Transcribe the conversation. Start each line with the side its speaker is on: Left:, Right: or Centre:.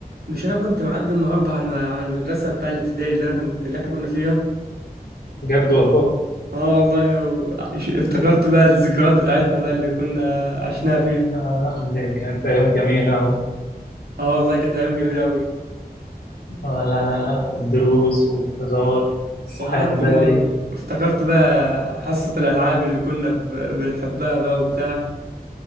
Right: مش انا كنت معدي النهارده على الم- على المدرسه بتاع الابتدائي اللي انا كنت اللي احنا كنا فيها
Left: بجد والله
Right: اه والله و- عش- افتكرت بقى الذكريات بتاعتنا بقى اللي كنا عشناها فيها
Left: آه لا دي كانت أيام جميلة أوي
Right: اه والله كانت ايام جميله قوي
Left: آه لا لا لا والدروس والهزار الصحيان
Right: وقعدت
Left: بدري
Right: بقى افتكرت بقى حصه الالعاب اللي كنا ب- بنحبها بقى وبتاع